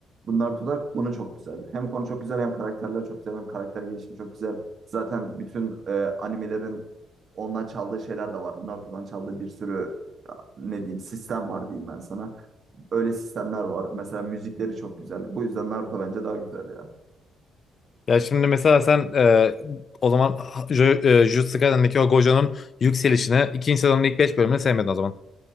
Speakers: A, on the right (about 45°); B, on the left (about 40°).
A: Bu Naruto'da konu çok güzel. Hem konu çok güzel hem karakterler çok güzel hem karakter gelişimi çok güzel. Zaten bütün e, animelerin ondan çaldığı şeyler de var. Naruto'dan çaldığı bir sürü e, ne diyeyim sistem var diyeyim ben sana. Öyle sistemler var. Mesela müzikleri çok güzel. Bu yüzden Naruto bence daha güzel ya.
B: Ya şimdi mesela sen e, o zaman ha- Jo- e, Jujutsu Kaisen'deki o Gojo'nun yükselişini ikinci sezonun ilk 5 bölümünü sevmedin o zaman.